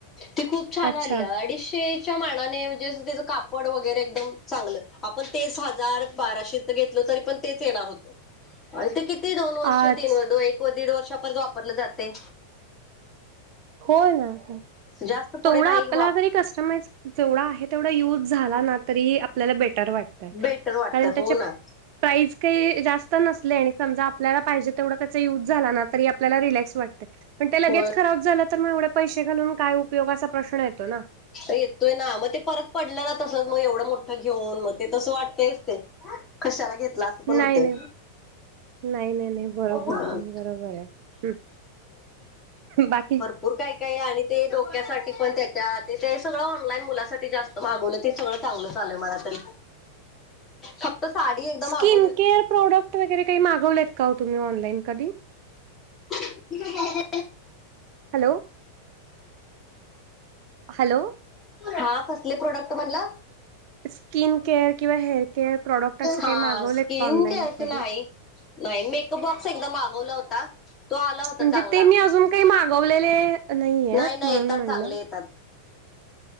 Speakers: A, on the left (about 20°); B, on the right (about 45°).
A: ती खूप छान
B: अच्छा
A: आल्या, अडीचशे च्या मानाने म्हणजेच त्याचा तेजं कापड वगैरे चांगल, आपण हजार बाराशे ते घेतलं तरीपण तेच येणार होतं आणि ते किती दोन वर्ष,
B: अच्छा
A: तीन वर्ष एक तो दीड वर्षापर्यंत वापरलं जातंय.
B: हो ना आता,
A: जास्त पुढे
B: तेवढा
A: नाही
B: आपला
A: वाप
B: तरी कस्टमाइज जेवढा आहे तेवढा यूज झाला ना, तरी आपल्याला बेटर वाटतंय.
A: बेटर वाटतं
B: कारण
A: हो
B: त्याचे
A: ना.
B: प्राईज काही जास्त नसले आणि समजा आपल्याला पाहिजे तेवढा त्याचा युज झाला ना तरी आपल्याला रिलॅक्स वाटते. पण ते लगेच
A: होय.
B: खराब झालं तर मग एवढे पैसे घालून काय उपयोगाचा प्रश्न येतो ना.
A: येतोय ना मग ते परत पडलं ना तसंच मग एवढं मोठं घेऊन मग. ते तस वाटतच ते कशाला घेतला अस पण
B: नाही
A: होते.
B: नाही नाही नाही नाही बरोबर
A: मग
B: बरोबर आहे बाकी.
A: पूर काय काय आणि ते डोक्यासाठी पण त्याच्यात. ते सगळं ऑनलाईन मुलासाठी जास्त मागवलं ते सगळं चांगलं चाललंय मला तर. फक्त साडी एकदम
B: स्किन
A: अगोली.
B: केअर प्रोडक्ट वगैरे काही मागवलेत का तुम्ही ऑनलाईन कधी.
A: तठीक झा.
B: हॅलो! हॅलो,
A: हा कसले प्रोडक्ट म्हणला?
B: स्किन केअर किंवा हेअर केअर प्रॉडक्ट असं
A: हा
B: काही मागवलेत
A: स्किन
B: का ऑनलाईन
A: घते
B: कधी?
A: नाही. नाही मेकअप बॉक्स एकदम मागवला होता. तो आला होता
B: म्हणजे
A: चांगला.
B: ते मी अजून काही मागवलेले नाहीयेत
A: नाही नाही
B: म्हणून
A: येतात
B: म्हणलं.
A: चांगले येतात.